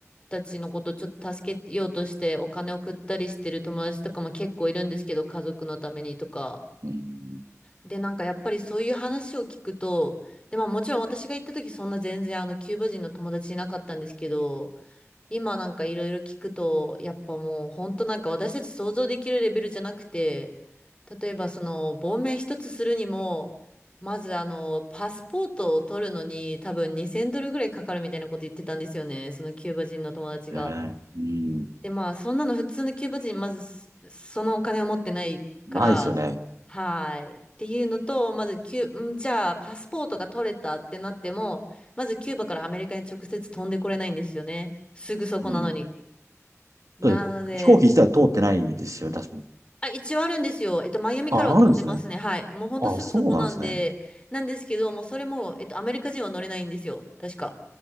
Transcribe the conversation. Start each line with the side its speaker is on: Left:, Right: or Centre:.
Left: たちのことをちょっと助けようとして、お金送ったりしてる友達とかも結構いるんですけど、家族のためにとか。
Right: うん。
Left: で、なんかやっぱりそういう話を聞くと、で、まあもちろん私が行った時そんな全然あのキューバ人の友達いなかったんですけど、今なんかいろいろ聞くと、やっぱもう本当なんか私たち想像できるレベルじゃなくて、例えばその亡命一つするにも、まずあのパスポートを取るのに多分2000ドルぐらいかかるみたいなこと言ってたんですよね、そのキューバ人の友達が。
Right: ね、うん。
Left: で、まあ、そんなの普通のキューバ人、まずそ、そのお金を持ってないから、
Right: ないですよね。
Left: はーい。っていうのと、まずキュー、んじゃあ、パスポートが取れたってなっても、まずキューバからアメリカに直接飛んでこれないんですよね。すぐそこなのに。
Right: うん。
Left: なので、
Right: だって飛行機自体通ってないですよね、確かに。
Left: あ、一応あるんですよ。えっと、マイアミからは飛んでますね。
Right: ああ、あるんですね。
Left: はい。もうほんとすぐそこなんで、
Right: あそうなんですね。
Left: なんですけど、もうそれも、えっと、アメリカ人は乗れないんですよ。確か。